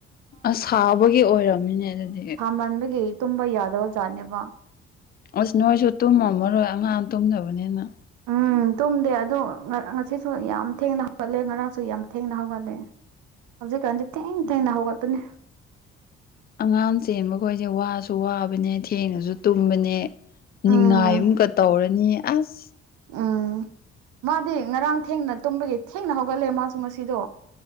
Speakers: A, on the left; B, on the right.
A: ꯑꯁ ꯁꯥꯕꯒꯤ ꯑꯣꯏꯔꯝꯃꯤꯅꯦ ꯑꯗꯨꯗꯤ
B: ꯃꯟꯕꯒꯤ ꯇꯨꯝꯕ ꯌꯥꯗꯕ ꯑꯣꯖꯥꯠꯅꯦꯕ
A: ꯑꯁ ꯅꯣꯏꯁꯨ ꯇꯨꯝꯃꯝꯃꯔꯣꯏ ꯑꯉꯥꯡ ꯇꯨꯝꯗꯕꯅꯤꯅ
B: ꯑꯥ ꯇꯨꯝꯗꯦ ꯑꯗꯨꯗ ꯉꯁꯤꯁꯨ ꯌꯥꯝ ꯊꯦꯡꯅ ꯍꯧꯒꯠꯂꯦ ꯉꯔꯥꯡꯁꯨ ꯌꯥꯝ ꯊꯦꯡꯅ ꯍꯧꯒꯠꯂꯦ ꯍꯧꯖꯤꯛꯀꯥꯟꯗꯤ ꯊꯦꯡ ꯊꯦꯡꯅ ꯍꯧꯒꯠꯄꯅꯤ
A: ꯑꯉꯥꯡ ꯆꯦꯟꯕ ꯈꯣꯏꯁꯦ ꯋꯥꯁꯨ ꯋꯥꯕꯅꯦ ꯊꯦꯡꯉꯁꯨ ꯇꯨꯝꯕꯅꯦ ꯅꯤꯡꯉꯥꯏ
B: ꯎꯝ
A: ꯑꯃꯨꯝꯒ ꯇꯧꯔꯅꯤ ꯑꯁ
B: ꯎꯝ ꯃꯥꯗꯤ ꯉꯔꯥꯡ ꯊꯦꯡꯅ ꯇꯨꯝꯕꯒꯤ ꯊꯦꯡꯅ ꯍꯧꯒꯠꯂꯦ ꯃꯥꯁꯨ ꯉꯁꯤꯗꯣ